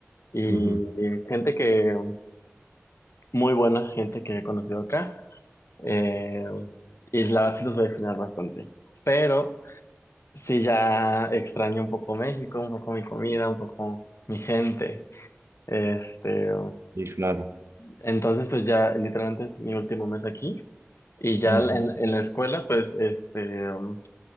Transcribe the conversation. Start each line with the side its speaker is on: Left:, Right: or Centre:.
Left: y
Right: Ujú,
Left: gente que, muy buena gente que he conocido acá. Eh, y la verdad sí los voy a extrañar bastante. Pero... Sí, ya extraño un poco México, un poco mi comida, un poco mi gente. Este,
Right: Sí, claro.
Left: entonces, pues ya literalmente es mi último mes aquí. Y ya
Right: Ujú.
Left: en, en la escuela, pues, este, um,